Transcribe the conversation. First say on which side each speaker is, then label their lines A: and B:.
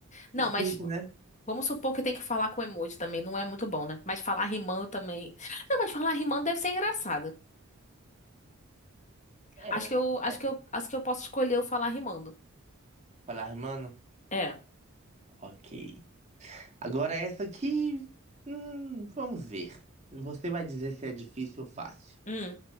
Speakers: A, on the left (about 35°); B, on the right (about 30°).
A: Não,
B: Difícil,
A: mas
B: né?
A: vamos supor que tem que falar com emoji também, não é muito bom, né? Mas falar rimando também. Não, mas falar rimando deve ser engraçado.
B: É.
A: Acho que eu, acho
B: é.
A: que eu, acho que eu posso escolher o falar rimando.
B: Falar rimando?
A: É.
B: Ok. Agora essa aqui, hum, vamos ver. Você vai dizer se é difícil ou fácil.
A: Hum.